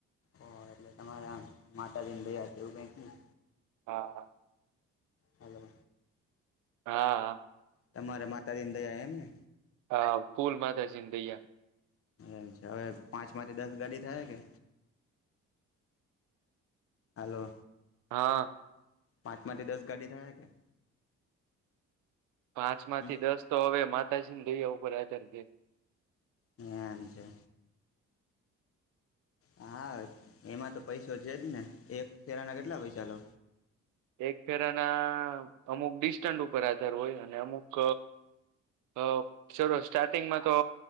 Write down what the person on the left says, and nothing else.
ઓ એટલે તમારે આમ માતાજી ની દયા છે એવું કાંઈ
હલો
તમારે માતાજીની દયા એમ ને
એમ છે હવે પાંચ માંથી દસ ગાડી થાય કે હલો
પાંચ માંથી દસ ગાડી થયા કે
હમ
એમ છે. હા એમાં તો પૈસો છે જ ને એક ફેરાના કેટલા પૈસા લઉ.